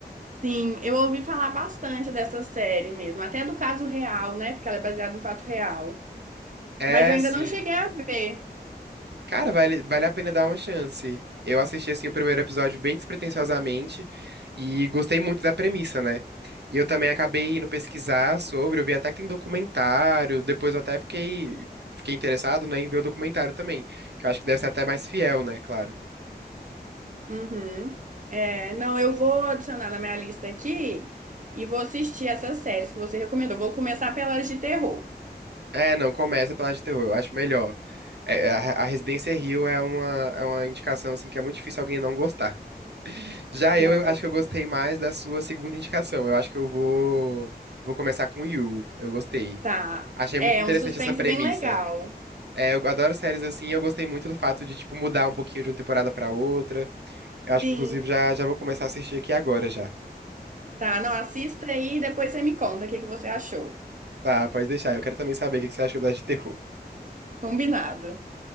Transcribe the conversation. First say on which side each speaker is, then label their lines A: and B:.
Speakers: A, on the right; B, on the right.
A: Sim, eu ouvi falar bastante dessa série mesmo, até do caso real, né? Porque ela é baseada em fato real.
B: É,
A: Mas eu ainda
B: sim.
A: não cheguei a ver.
B: Cara, vale, vale a pena dar uma chance. Eu assisti, assim, o primeiro episódio bem despretensiosamente e gostei muito da premissa, né? E eu também acabei indo pesquisar sobre, eu vi até que tem documentário, depois eu até fiquei, fiquei interessado, né, em ver o documentário também, que eu acho que deve ser até mais fiel, né, claro.
A: Uhum. É, não, eu vou adicionar na minha lista aqui e vou assistir essas séries que você recomendou. Vou começar pelas de terror.
B: É, não, começa pela de terror, eu acho melhor. É, é, a, a Residência Hill é uma, é uma indicação, assim, que é muito difícil alguém não gostar. Já eu,
A: Não,
B: eu
A: vou...
B: acho que eu gostei mais da sua segunda indicação. Eu acho que eu vou, vou começar com You. Eu gostei.
A: tá.
B: Achei
A: É
B: muito interessante
A: um suspense
B: essa premissa.
A: bem legal.
B: É, eu adoro séries assim, e eu gostei muito do fato de, tipo, mudar um pouquinho de uma temporada pra outra. Eu acho
A: Sim,
B: que, inclusive, já, já vou começar a assistir aqui agora já.
A: tá. Não, assista aí e depois você me conta o que que você achou.
B: Tá, pode deixar. Eu quero também saber o que que você achou das de terror.
A: Combinado.